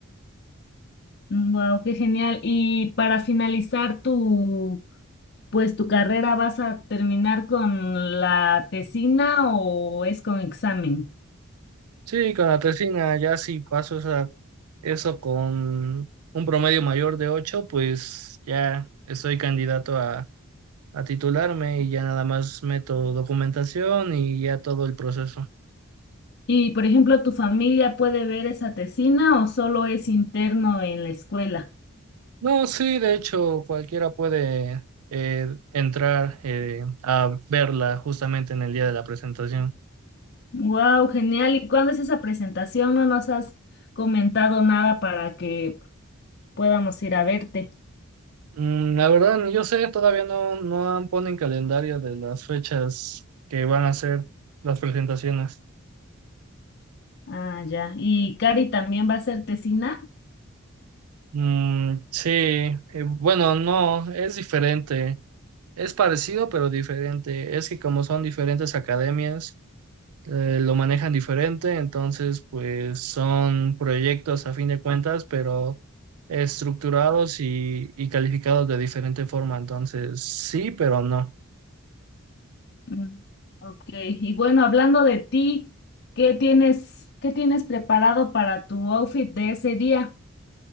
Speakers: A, on the left (about 50°); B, on the right (about 80°).
A: Wow, qué genial. Y para finalizar tu pues tu carrera vas a terminar con la tesina o es con examen?
B: Sí, con la tesina ya si paso esa, eso con un promedio mayor de 8 pues ya estoy candidato a, a titularme y ya nada más meto documentación y ya todo el proceso.
A: Y, por ejemplo, ¿tu familia puede ver esa tesina o solo es interno en la escuela?
B: No, sí, de hecho, cualquiera puede eh, entrar eh, a verla justamente en el día de la presentación.
A: Wow, genial. ¿Y cuándo es esa presentación? No nos has comentado nada para que podamos ir a verte.
B: Mm, La verdad, ni yo sé, todavía no, no han- ponen calendario de las fechas que van a ser las presentaciones.
A: Ah, ya. ¿Y Cari también va a ser tesina?
B: Mm, sí, eh, bueno, no, es diferente. Es parecido, pero diferente. Es que como son diferentes academias, eh, lo manejan diferente, entonces pues son proyectos a fin de cuentas, pero estructurados y, y calificados de diferente forma. Entonces, sí, pero no.
A: Mm, Ok. Y bueno, hablando de ti, ¿qué tienes, qué tienes preparado para tu outfit de ese día?